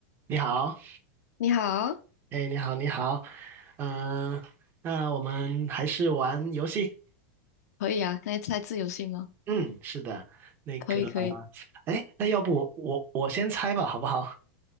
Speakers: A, on the right; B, on the left.
A: 你好，
B: 你好，
A: 哎，你好，你好，嗯、那我们还是玩游戏。
B: 可以啊，那猜字游戏吗？
A: 嗯，是的，那个，
B: 可以，可以。
A: 哎，那要不我我先猜吧，好不好？